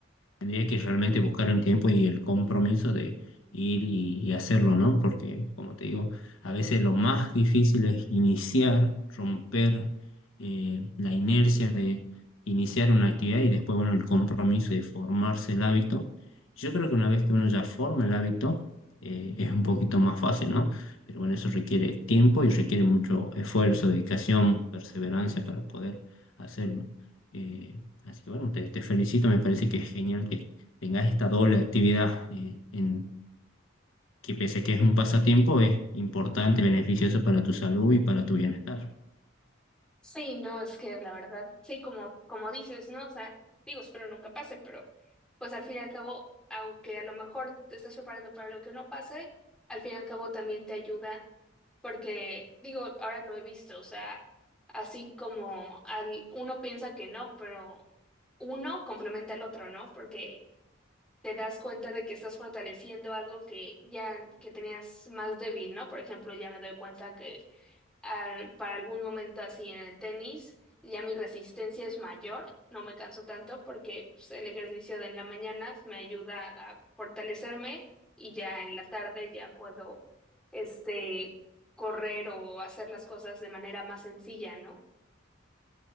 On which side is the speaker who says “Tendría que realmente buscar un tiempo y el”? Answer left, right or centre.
Left